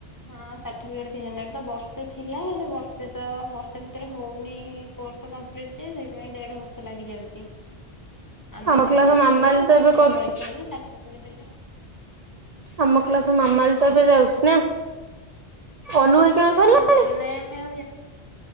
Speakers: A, on the left; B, on the right.
A: ହଁ ସାର୍ଟିଫିକେଟ ଦି ଜତା ତ ବର୍ଷେ ଥିଲା ହେଲେ ବର୍ଷେ ତ ବର୍ଷେ ଭିତରେ ହଉନି କର୍ସ କ କଂପ୍ଲିଟ୍ ଜେ ଦେଢ଼ ବର୍ଷ ଲାଗିଯାଇଛି ଆମେ
B: ଆମ
A: ଦେଢବର୍ଷ
B: କ୍ଲାସ ମାମାଲି
A: ଦେଲୁ
B: ତ ଏବେ କରୁଛି।
A: ସାଠିଫିକେଟ୍ ଦେଲଉ
B: ଆମ କ୍ଲାସ ମାମାଲି ତ ଏବେ ଯାଉଛି ନା ଅନୁ ହେରିକା ସରିଲାଣି
A: ହଁ ନ ମ